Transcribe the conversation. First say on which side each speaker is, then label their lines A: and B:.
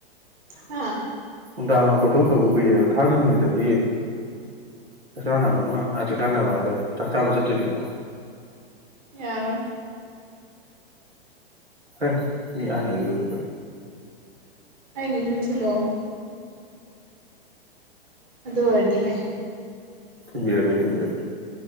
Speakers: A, on the right (about 30°); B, on the right (about 80°).
A: ꯑ
B: ꯅꯨꯡꯗꯥꯡ ꯀꯣꯏꯊꯧ ꯇꯧꯕ ꯀꯨꯏꯔꯦꯕ ꯊꯥꯡꯖ ꯅꯨꯃꯤꯠꯇꯗꯤ ꯆꯥꯛ ꯆꯥꯅꯕ ꯑꯃ ꯆꯥꯛ ꯆꯥꯅꯕ ꯍꯥꯏꯗꯔꯦ ꯆꯥꯛ ꯆꯥꯕ ꯆꯠꯇꯣꯏꯅꯤꯀꯣ
A: ꯌꯥꯔ
B: ꯍꯣꯏ ꯃꯤ ꯍꯥꯥꯟꯅꯤꯒꯒ
A: ꯍꯥꯏꯒꯤꯁꯨ ꯊꯂꯣ ꯑꯗꯨꯗ ꯑꯣꯏꯗꯤꯌꯦꯦ
B: ꯊꯤꯡꯕꯤꯔꯀꯦ ꯊꯦꯡꯝꯕꯤꯔꯀꯦ